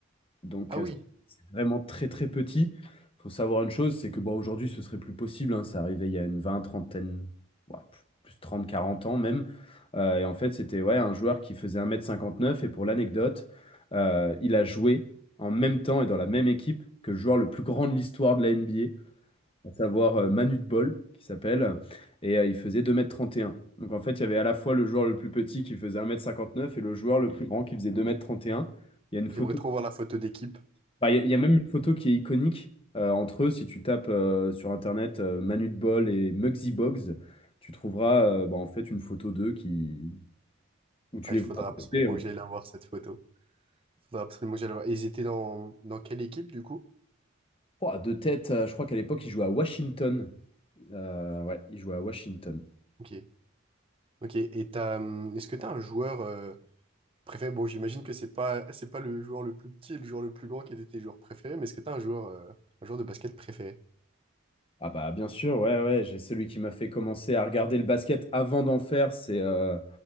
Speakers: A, on the left; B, on the right.
A: Donc,
B: Ah
A: euh,
B: oui,
A: c'est vraiment très, très petit. Il faut savoir une chose, c'est que bon, aujourd'hui, ce serait plus possible. hein. C'est arrivé il y a une vingt, trentaine, ouais, plus 30 40 ans même. Euh, et en fait, c'était ouais, un joueur qui faisait un mètre cinquante neuf Et pour l'anecdote, euh, il a joué en même temps et dans la même équipe que le joueur le plus grand de l'histoire de la NBA, à savoir euh, Manute Bol qui s'appelle. Et euh, il faisait deux mètres trente et un Donc en fait, il y avait à la fois le joueur le plus petit qui faisait un mètre cinquante neuf et le joueur le plus grand qui faisait deux mètres trente et un Il y a une photo
B: j'aimerais trop voir la photo d'équipe.
A: bah, Il y, a il y a même une photo qui est iconique euh, entre eux. Si tu tapes euh, sur Internet euh, Manute Bol et Muggsy Bogues, tu trouveras euh, bah, en fait une photo d'eux qui... où tu
B: Ah,
A: les
B: il
A: vois
B: faudra
A: à
B: absolument
A: côté. euh.
B: que j'aille la voir, cette photo. Il faudra absolument que j'aille la voir. Et Ils étaient dans, dans quelle équipe, du coup?
A: Oh, de tête, euh, je crois qu'à l'époque, ils jouaient à Washington. Euh, ouais, ils jouaient à Washington.
B: Ok. Ok. Et t'as, hum, est-ce que t'as un joueur euh, préféré? Bon, j'imagine que c'est pas, c'est pas le joueur le plus petit et le joueur le plus grand qui était tes joueurs préférés, mais est-ce que t'as un joueur, euh, un joueur de basket préféré?
A: Ah bah bien sûr, ouais, ouais, j'ai celui qui m'a fait commencer à regarder le basket avant d'en faire, c'est... euh,